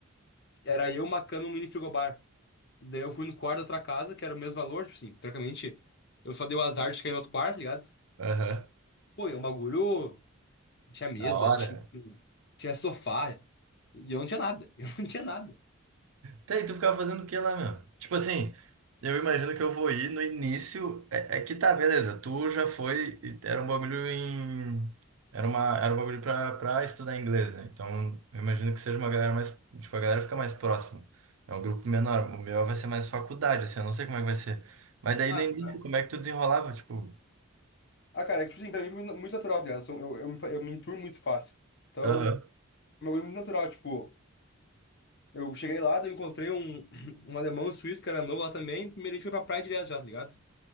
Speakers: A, on the left; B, on the right.
A: Era eu, uma cama e um mini frigobar. Daí eu fui no quarto da outra casa, que era o mesmo valor, tipo assim, teoricamente. Eu só dei o azar de cair no outro quarto, tá ligado?
B: Aham.
A: Pô, e é um bagulho. Tinha mesa,
B: Da hora.
A: tinha, tinha sofá. E eu não tinha nada. <laughs> Eu não tinha nada.
B: Tá, e tu ficava fazendo o que lá, meu? Tipo assim, eu imagino que eu vou ir no início. É, é que tá, beleza. Tu já foi. e Era um bagulho em. Era uma, era um bagulho pra, pra estudar inglês, né? Então, eu imagino que seja uma galera mais. Tipo, a galera fica mais próxima. É um grupo menor. O meu vai ser mais faculdade, assim. Eu não sei como é que vai ser. Mas daí
A: Ah,
B: no início,
A: cara,
B: como é que tu desenrolava? Tipo.
A: ah, cara, é que, tipo assim, pra mim é muito muito natural, tá ligado? Eu, sou- eu, eu me, fa- eu me enturmo muito fácil. Então.
B: Aham.
A: Uma coisa muito natural, tipo, eu cheguei lá, daí eu encontrei um, <clears throat> um alemão um suíço que era novo lá também. Primeiro a gente foi pra praia direto já, tá ligado?